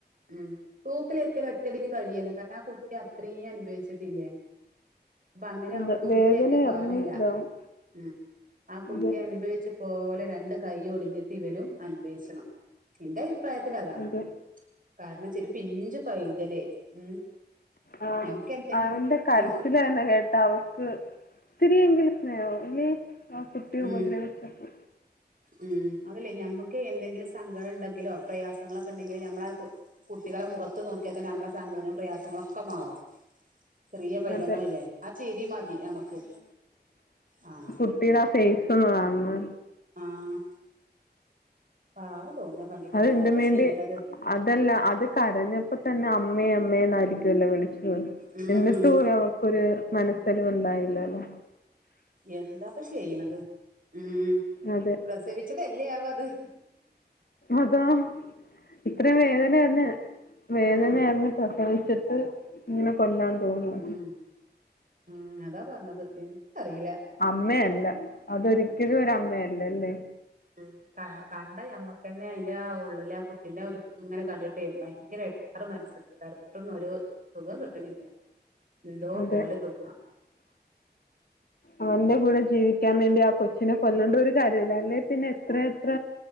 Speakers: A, on the right; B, on the left.
A: ഉം തൂക്കില് ഏറ്റല് ഒറ്റടിക്ക് കഴില്ലെ കാരണം ആ കുട്ടി അത്രേ അനുഭവിച്ചിട്ടില്ലേ അപ്പൊ അങ്ങനെ
B: അതെ
A: ആവുമ്പോ തൂക്കിലേറ്റാൻ
B: വേദന
A: പാടില്ല
B: അറിഞ്ഞ് ഇതാവും
A: ഉം ആ കുട്ടി
B: അതെ
A: അനുഭവിച്ച പോലെ രണ്ട് കൈ ഒടിഞ്ഞിട്ട് ഇവരും അനുഭവിച്ചണം എന്റെ അഭിപ്രായത്തി ലതാണ്
B: അതെ
A: കാരണംച്ച ഒരു പിഞ്ചു പൈതല് ഉം
B: ആ
A: ഞമ്മക്ക് എന്തെങ്കിലും
B: അവന്റെ കരച്ചില്
A: ഞമ്മ
B: തന്നെ കേട്ട അവക്ക് ഇത്തിതിരിയെങ്കിലും സ്നേഹം ഇല്ലേ ആ കുട്ടി
A: ഉം
B: ഉപദ്രവിച്ചപ്പോ
A: ഉം അതല്ലേ ഞമ്മക്ക് എന്തെങ്കിലും സങ്കടം ഉണ്ടെങ്കിലോ പ്രയാസങ്ങളൊക്കെ ഉണ്ടെങ്കിലോ നമ്മളത് കുട്ടികളെ മുഖത്ത് നോക്കിയാ തന്നെ നമ്മുടെ സങ്കടങ്ങളും പ്രയാസങ്ങളൊക്കെ മാറും ചെറിയ പൈതങ്ങളല്ലേ
B: അതെ
A: ആ ചിരി മതി നമുക്ക് ആഹ
B: കുട്ടീടെ ഫേസ് ഒന്ന് കാണണം
A: ആഹ പാവം തോന്ന കണ്ടിട്ട്
B: അതെന്തിനും
A: എന്താപ്പ
B: വേണ്ടി
A: ചെയ്യണത്
B: അതല്ല അത് കരഞ്ഞപ്പോ തന്നെ അമ്മേ അമ്മേന്നായിരിക്കുവല്ലോ വിളിച്ചി ട്ടു
A: ഉം
B: എന്നിട്ട്
A: ഉം
B: പോലും അവൾക്കൊരു മനസ്സലിവ് ഉണ്ടായില്ലല്ലോ
A: എന്താപ്പൊ ചെയ്യണത് ഉം
B: അതെ
A: പ്രസവി ച്ചതല്ലേ ആവത്
B: അതാ ഇത്ര വേദനയന്ന് വേദനയറിഞ്
A: ആഹ്
B: പ്രസവിച്ചിട്ട് ഇങ്ങനെ കൊല്ലാൻ തോന്നോ
A: ഉം ഉം അതാ പറഞ്ഞത് എനിക്ക് അറീല
B: അമ്മയല്ല അതൊരിക്കലും ഒരു അമ്മയല്ലല്ലേ
A: ഉം കണ്ടഞമ്മക്കന്നെ അയിന്റെ ആ ഉള്ളില് ആ കുട്ടിന്റെ ഒരു അങ്ങനെ കണ്ടിട്ടേ ഭയങ്കര ങ്ങേറ് മനസ്ക്ക് കെടന്നിട്ടൊന്നൊരു സുഖം കിട്ടണില്ല എന്തോ
B: അതെ
A: പോലെ തോന്നാ
B: അവന്റെ കൂടെ ജീവിക്കാൻ വേണ്ടി ആ കൊച്ചിനെ കൊല്ലേണ്ട ഒരു കാര്യുല്ലായിരുന്നു അല്ലെ പിന്നെ എത്ര എത്ര